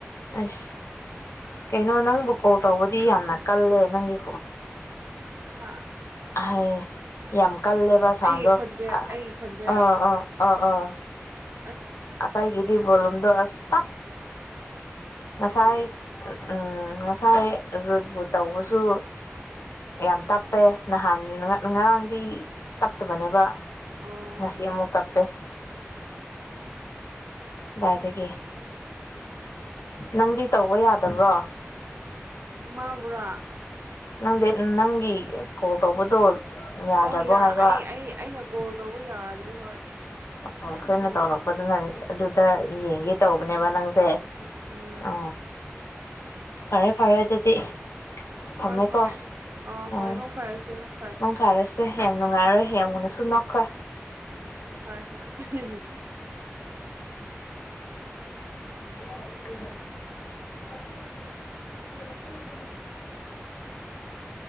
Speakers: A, on the left (about 80°); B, on the right (about 55°).
A: ꯑꯁ ꯀꯩꯅꯣ ꯅꯪꯕꯨ ꯀꯣꯜ ꯇꯧꯕꯗꯤ ꯌꯥꯝꯅ ꯀꯜꯂꯦ ꯅꯪꯒꯤ
B: ꯑꯥ
A: ꯍꯥꯏ ꯌꯥꯝ ꯀꯜꯂꯦꯕ ꯁꯥꯎꯟꯗꯣ
B: ꯑꯩꯒꯤ ꯈꯣꯟꯖꯦꯜ
A: ꯑꯥ
B: ꯑꯩꯒꯤ ꯈꯣꯟꯖꯦꯜ
A: ꯑꯥ ꯑꯥ ꯑꯥ
B: ꯑꯁ
A: ꯑꯇꯩꯒꯤꯗꯤ ꯕꯣꯂꯨꯝꯗꯣ ꯑꯁ ꯇꯞ ꯉꯁꯥꯏ
B: ꯑꯣ
A: ꯎꯝ ꯉꯁꯥꯏ ꯔꯤꯕꯨꯠ ꯇꯧꯕꯁꯨ ꯌꯥꯝ ꯇꯞꯄꯦ ꯅꯍꯥꯟ ꯉꯔꯥꯡꯗꯤ ꯇꯞꯇꯕꯅꯦꯕ
B: ꯑꯣ
A: ꯉꯁꯤꯃꯨꯛ ꯇꯞꯄꯦ ꯀꯗꯥꯏꯗꯒꯤ ꯅꯪꯗꯤ ꯇꯧꯕ ꯌꯥꯗꯕ꯭ꯔꯣ
B: ꯃꯥꯕꯨꯔ
A: ꯅꯪꯗꯤ ꯅꯪꯒꯤ ꯀꯣꯜ ꯇꯧꯕꯗꯣ ꯌꯥꯗ꯭ꯔꯕꯣ
B: ꯑꯣ ꯌꯥ
A: ꯍꯥꯏꯕ
B: ꯑꯩ ꯑꯩ ꯑꯩꯅ ꯀꯣꯜ ꯇꯧꯕ ꯌꯥꯗ꯭ꯔꯤ ꯍꯣꯏ
A: ꯑꯣ ꯑꯩꯈꯣꯏꯅ ꯇꯧꯔꯛꯄꯗꯨꯅꯤꯗꯅ ꯑꯗꯨꯗ
B: ꯎꯝ
A: ꯌꯦꯡꯒꯦ ꯇꯧꯕꯅꯦꯕ ꯅꯪꯁꯦ
B: ꯎꯝ ꯎꯝ
A: ꯑ ꯐꯔꯦ ꯐꯔꯦ ꯑꯗꯨꯗꯤ ꯊꯝꯃꯦꯀꯣ
B: ꯍꯣꯏ ꯍꯣꯏ ꯑ ꯍꯣꯏ
A: ꯎꯝ
B: ꯃꯪ ꯐꯔꯁꯦ ꯃꯪ
A: ꯎꯝ ꯐꯔꯁꯦ ꯌꯥꯝ ꯅꯨꯡꯉꯥꯏꯔꯦ ꯌꯥꯝꯅꯁꯨ
B: ꯎꯝ
A: ꯅꯣꯛꯈ꯭ꯔꯦ
B: ꯎꯝ ꯎꯝ ꯍꯣꯏ ꯍꯣꯏ
A: <unintelligible>